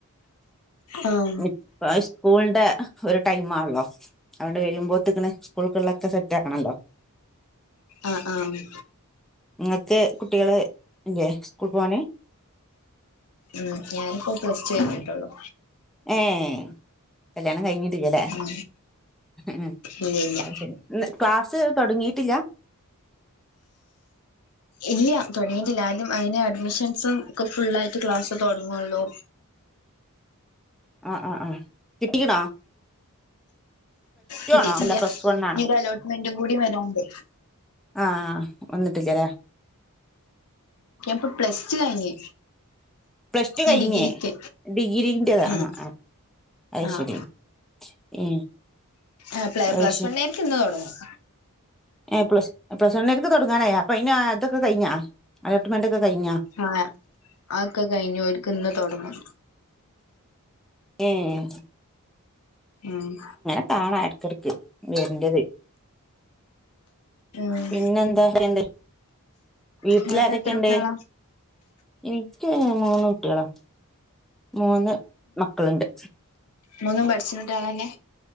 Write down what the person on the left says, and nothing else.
ആഹ
ആഹ ആഹ.
ഉം ഞാനിപ്പോ പ്ലസ് ടു കഴിഞ്ഞിട്ടൊള്ളൂ.
ഉം
ഇല്ല ഇല്ല
ഇല്ല തുടങ്ങിയിട്ടില്ല ആദ്യം അയിന് അഡ്മിഷൻസും ഒക്കെ ഫുള്ളായിട്ട് ക്ലാസ്സ് തുടങ്ങയുള്ളൂ.
കിട്ടീട്ടില്ല
ഇനി ഒരു അലോട്ട്മെന്റും കൂടി വരണ്ട്
പ്പൊ പ്ലസ് ടു കഴിഞ്ഞ്
ഇനി
ഡിഗ്രിക്ക്
ഉം
ആഹ്
ആഹ പ്ല
പ്ലസ് വൺ ആരിക്കും ഇന്ന് തുടങ്ങും
ആഹ് ആക്കെ കഴിഞ്ഞു ഓൽക്ക് ഇന്ന് തുടങ്ങും
ആഹ്
ഉം
നിങ്ങൾക്ക് എത്ര കുട്ടികളാ
മുന്നും പഠിച്ച്ണ കുട്ട്യാളന്നെ